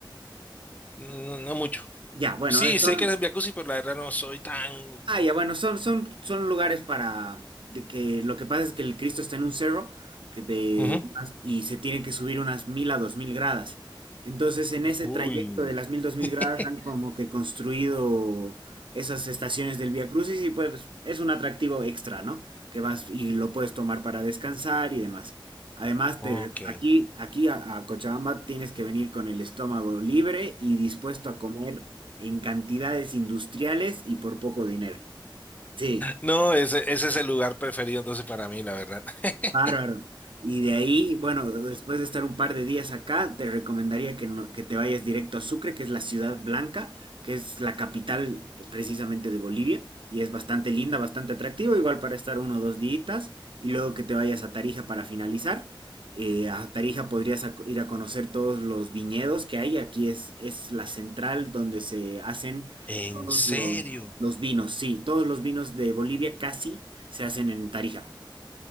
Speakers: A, on the left (about 20°); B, on the right (about 75°).
A: No, no no mucho.
B: Ya, bueno,
A: Sí,
B: eso
A: sé que eres jacuzzi, pero la verdad no soy tan...
B: Ah, ya, bueno, son, son, son lugares para de que lo que pasa es que el Cristo está en un cerro que de,
A: Ujú.
B: y se tiene que subir unas mil a dos mil gradas. Entonces, en ese
A: Uy,
B: trayecto de las mil, dos mil
A: <laughs>
B: gradas han como que construido esas estaciones del Vía Crucis y pues es un atractivo extra, ¿no? Que vas y lo puedes tomar para descansar y demás. Además,
A: ok.
B: te re- aquí, aquí a, a Cochabamba tienes que venir con el estómago libre y dispuesto a comer en cantidades industriales y por poco dinero. Sí,
A: No, ese, ese es el lugar preferido entonces para mí, la verdad. <laughs>
B: Bárbaro. Y de ahí, bueno, después de estar un par de días acá, te recomendaría que, no- que te vayas directo a Sucre, que es la ciudad blanca, que es la capital eh, precisamente de Bolivia, y es bastante linda, bastante atractivo, igual para estar uno o dos días, y luego que te vayas a Tarija para finalizar. Eh, a Tarija podrías a co- ir a conocer todos los viñedos que hay, aquí es, es la central donde se hacen
A: ¿En
B: todos
A: serio?
B: los, los vinos, sí, todos los vinos de Bolivia casi se hacen en Tarija.